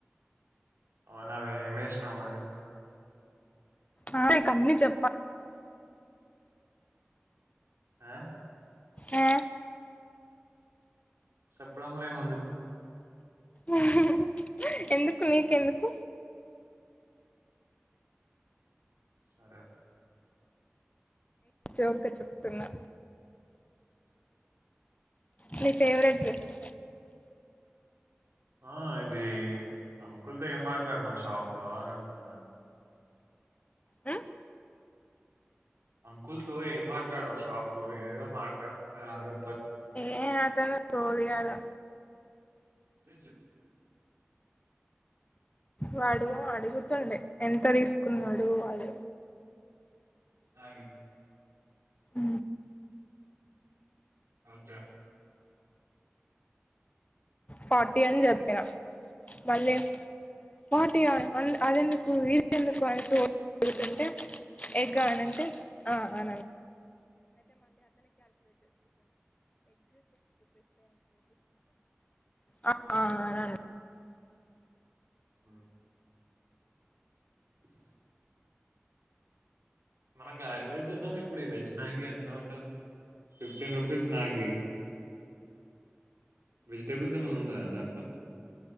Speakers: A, on the right; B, on the left.
A: అవునావే ఏం చేసినావ్ మరి ఇప్పుడు
B: ఆ నికన్నీ చెప్ప
A: ఆ
B: ఆ
A: చెప్పడంలో ఏము ఉంది ఇప్పుడు
B: ఊ హు హు ఎందుకు నీకెందుకు
A: సరే
B: జోక్ గా చెప్తున్నా మీ ఫేవరెట్ డ్రెస్
A: ఆ ఇది అంకుల్తో ఏం మాట్లాడుతున్నావు షాప్ లో అని అడుగుతున్నాను
B: ఉమ్,
A: అంకుల్తో ఏం మాట్లాడవు షాప్ లో ఏదో మాట్లాడారూ
B: ఏ అతను తోలుకెళ్ళు
A: ఇన్సెల్
B: వాడు అడుగుతుండే ఎంత తీసుకున్నాడు అని
A: లాగ స
B: అ
A: ఇన్స
B: ఫార్టీ అని
A: ఉమ్,
B: చెప్పిన మల్లె మోటియాన్ అది ఎందుకు ఇది ఎందుకు అంటే ఉంటుంటే ఎగ్గన్ నంటే ఆఅ ఆ ఆరారే
A: ఆ <unintelligible> మనం గార వెజ్ చెద్దాం ఇప్పుడు వెజ్ మ్యాగీ ఎంత ఉంటది ఫిఫ్టీన్ రూపీస్ మ్యాగీ వెజిటేబుల్స్ ఏమైనా ఉన్నయా దాంట్లో